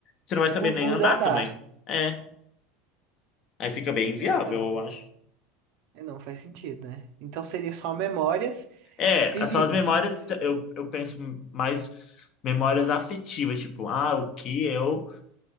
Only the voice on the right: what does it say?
Gugu
Dadá.
É, não,
faz,
é, não faz sentido, né? Então seria só memórias
vividas.